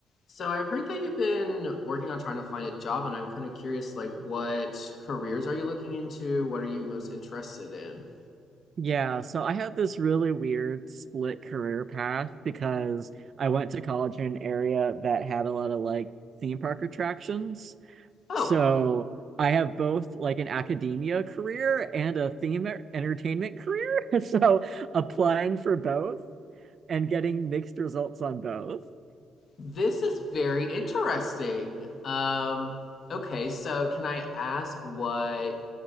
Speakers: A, on the left (about 55°); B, on the right (about 50°).
A: So I've heard that you've been working on trying to find a job, and I'm kind of curious, like, what careers are you looking into? What are you most interested in?
B: Yeah, so I had this really weird split career path because I went to college in an area that had a lot of like theme park attractions.
A: Oh,
B: So I have both like an academia career and a theme er- entertainment career. <laughs> So applying for both and getting mixed results on both.
A: this is very interesting. Um, okay, so can I ask what,